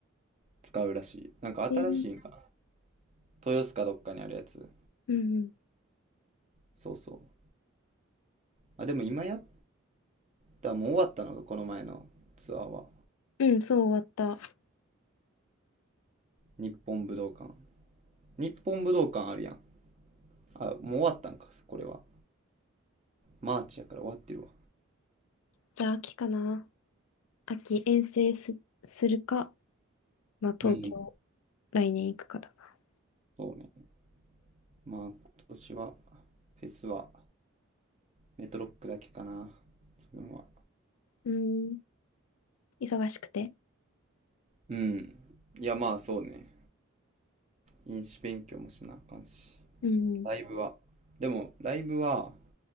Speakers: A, on the right (about 30°); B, on the left (about 80°).
A: 使うらしい。なんか新しいんか
B: えー
A: 豊洲かどっかにあるやつ。
B: うんうん。
A: そうそう。あ、でも今やった、もう終わったのがこの前のツアーは。
B: うん、そう終わった。
A: 日本武道館。日本武道館あるやん。あ、もう終わったんか、これは。マーチやから終わってるわ。
B: じゃあ秋かな。秋、遠征す、するか、まあ東京、
A: うん。
B: 来年行くかだな。
A: そうね。まあ今年は、フェスはメトロックだけかな。自分は。
B: うーん。忙しくて。
A: うん。いやまあそうね。飲酒勉強もしなあかんし。
B: うん。
A: ライブは。でも、ライブは、